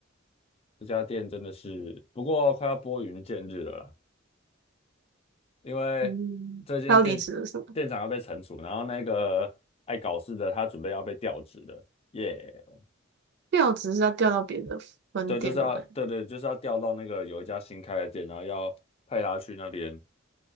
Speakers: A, on the left (about 30°); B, on the right (about 60°).
A: 这家店真的是，不过快要拨云见日了啦，因为
B: 嗯，
A: 最近店
B: 他要离职了是吗？
A: 店长要被惩处，然后那个爱搞事的他准备要被调职的，耶、
B: 调职是要调到别的分店吗？
A: 对，就是要，
B: <laughs>
A: 对对，就是要调到那个有一家新开的店，然后要派他去那边，